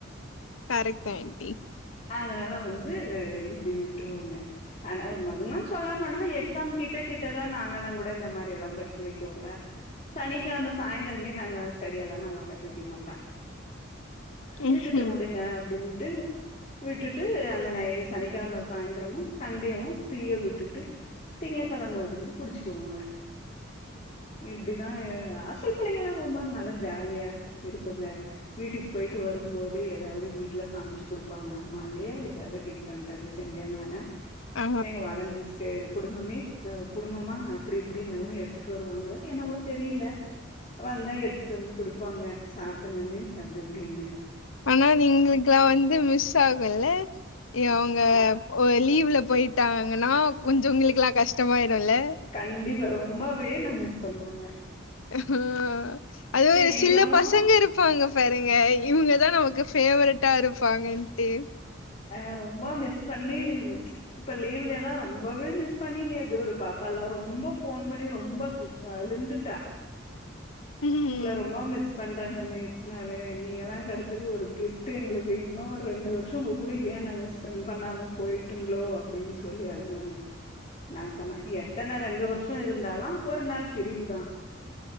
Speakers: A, on the left; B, on the left.
A: கரெட் தா ஆண்டி
B: அதனால வந்து இப்பிடி விட்ருவோங்க ஆனா மதல்லு சொல்ல போனா எக்ஸாம் கிட்ட கிட்டதா நாங்களா கூட இந்த மாரி எல்லா படிக்க வைக்கோ கூட சனிக்கிழம சாயந்திரமே நாங்க ஸ்டடி எல்லா நா உக்காத்துக்க மாட்டே இருக்குட்டு
A: ம்ஹும்
B: உடுங்க அப்பிடின்ட்டு விட்டுட்டு அந்த ந சனிக்கிழம சாயந்திரம சண்டையு தீய விட்டுட்டு திங்கட்கிழம இருந்து புடிச்சுக்கோங்க இப்பிடி அதா ஆஸ்டெல் பிள்ளைங்களா ரொம்ப நல்லா ஜாலியா இருப்போங்க வீட்டுக்கு போயிட்டு வரும்போது எதாவது வீட்டுல சமச்சு குடுப்பாங்க அம்மாலையே ஏதாவது டிப்ரெண்டா செஞ்சாங்களானா
A: ஆ
B: எங்க வாடன் மிஸ்சுக்கு குடுங்கமே அ குடுங்கமா அப்பிடி இப்பிடின்னாலு எடுத்துட்டு வருவாங்க என்னவோ தெரியில வந்தா எடுத்துட்டு வந்து குடுப்பாங்க சாப்பிடுங்க மிஸ் அப்புடி இப்பிடின்னு
A: ஆனா நீங்களுக்கெல்லா வந்து மிஸ் ஆகுல்ல அவுங்க
B: அ
A: லீவ்ல போயிட் விட்டாங்கன்னா கொஞ்ச உங்குளுக்கெல்லா கஷ்டமா ஆயிருல
B: கண்டிப்பா ரொம்பவே நா மிஸ் பண்ணுவோங்க
A: ஹ அது
B: எங்களாவு
A: சில பசங்க இருக் சரிங்க சரிங்க இவுங்கதா நமக்கு பேவரட்டா இருப்பாங்கன்ட்டு
B: அ ரொம்ப மிஸ் பண்ணி இப்ப லீவ்ல எல்லா ரொம்பவே மிஸ் பண்ணினே அது ஒரு பாப்பா எல்லா ரொம்ப போன் பண்ணி ரொம்ப கழுந்துட்டா
A: ம்
B: உங்ள ரொம்பா மிஸ் பண் றங்க மிஸ் நானு நீங்களா கெடச்சது ஒரு கிஃப்ட்டு எங்ளுக்கு இன்னு ஒரு ரெண்டு வர்ஷோ உங்ககூட ஏன் நாங்க ஸ்பெண் பண்ணாம போய்ட்டுங்ளோ அப்டின் சொல்லி அழுதாங்க நா சொன்ன எத்தன ரெண்டு வர்ஷோ இருந்தாலு ஒரு நாள் பிரிவுதா